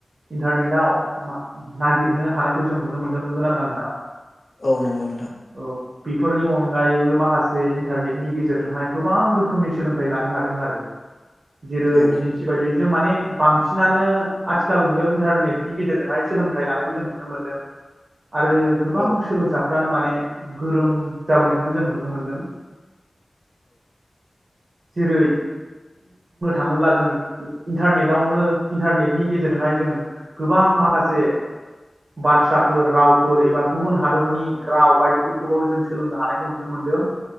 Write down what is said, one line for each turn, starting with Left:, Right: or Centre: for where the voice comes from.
Right: इन्टारनेटाव नागिरनो हानायखौ जों नुनो मोनदों। नोंगोना नोङा नोंथां?
Left: औ नंगौ नोंथां।
Right: औ बेफोरनि अनगायैबो माखासे इन्टारनेटनि गेजेरजोंहाय गोबां रोखोमनि सोलोंथाइ लानो हादों आरो। जेरै
Left: औ
Right: बिदिन्थि बायदि जों माने बांसिनानो आथिखाल मुगायाव इन्टारनेटनि गेजेरजोंहाय सोलोंथाइ लानायखौ जों नुनो मोनदों। आरो गोबां
Left: औ
Right: सोलोंसाफोरानो माने गोरों जाबोनायखौबो जों नुनो मोनदों। जेरै थाङोब्ला जों इन्टारनेटआवनो इन्टारनेटनि गेजेरजोंहाय जों गोबां माखासे बाथ्राफोर रावफोर एबा गुबुन हादरनि राव बायदिफोरखौबो जों सोलोंनो हानायखौ नुनो मोनदों।